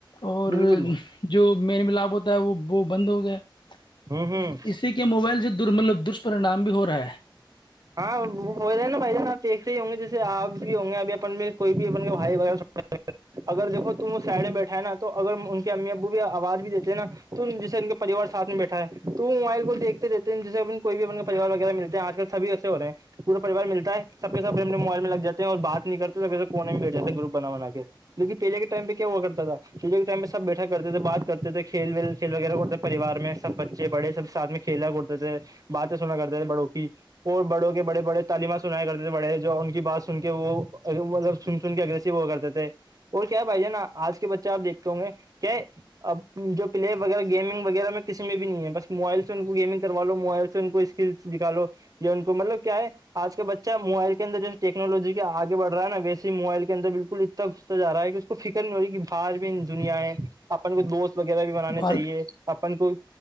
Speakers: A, on the left; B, on the right.
A: اور
B: بالکل
A: جو میرے ملاپ ہوتا ہے وہ وہ بند ہو گیا
B: ہوں
A: ب
B: ہوں
A: اسی کے موبائل سے دملب دشپررینام بھی ہو رہا ہے
B: ہاں وہ ہو جائے نا بھائی جان آپ ایکیک سے ہی ہوں گے جیسے آ بھی ہوں گے ابھی اپن میں کوئی بھی اپ بھائی وغیرہ اگر دیکو تم وہ سائڈ میں بیٹھا ہے نا تو اگر ان کے امی ابو بھی آواز بھی دیتے ہیں نا تم جیسے ان پوار سھ میں بیٹا ہے تو وہ موبائل کو دیکتے ہیں جس کوئی بھی اپنےریوار وغیرہ ملتے ہیں آج کل <unintelligible> چاب بھی آس اورے پورا پریار ملتا ہے سب کے سب موبائل میں لگ جاتے اور بات نہیں کرتے سب س کونے میں بیٹ جے ہے گروپ بنا بنا کے لیکن پہلے کے ٹائم پہ کیا ہوا کرتا تھا پہلے کے ٹم پہ سب بیٹھا کرتے تھے بات کرتے تھے کھیل ویل کھیل وغیرہ کرتے پریوار میں سب بچے بڑے سب سھ میں کھیلا کودتے تھے باتیں سنا کرتے ہیں تھ بڑو کی اور بڑوں کے بڑے بڑے تعلیمہ سنایا کرتے تھے بڑے جو ان کی بات سن کے وہ مطلب سن سن کے اگریسو ہو کرتے تھے اور کیا بھائی ج نا آج کے بچے آپ دیکھتے ہوں گے کیا اب جو پلیئر وغیرہ گیمنگ وغیرہ میں کسی میں بھی نہیں ہے بس موائل سے ان کو گیمنگ کرواو موائل سے ان کو اس س دکھال لو یا ان کو مطلب کیا ہے آج کا بچہ موبائل اندر جو ٹیکنالوی کا آگے بڑ رہا ہےا ویسی ہی موبائل کے اندرالکل گھستا جا رہا ہے کہ اس کو فکر نہیں ہو رہی ہے باہر بھی دنیایں آ <unintelligible> اپن کو دوست وغیرہ بھی بنانے
A: باہر
B: چاہیے اپن کو